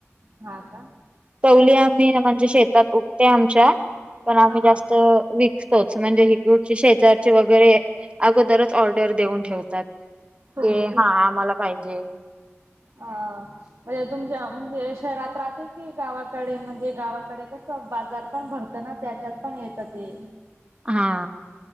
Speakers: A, on the right; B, on the right.
A: हा का?
B: चवली आम्ही म्हणजे शेतात उगते आमच्या पण
A: हा
B: आम्ही जास्त
A: हा
B: विक पोच म्हणजे <unintelligible> शेजारचे वगैरे अगोदरच ऑर्डर देऊन ठेवतात.
A: हो
B: ते हा आम्हाला पाहिजे.
A: अ म्हणजे तुमच्या म्हणजे शहरात राहते की गावाकडे म्हणजे गावाकडे कस बाजार पण भरतना त्याच्यात पण येतं ते.
B: हा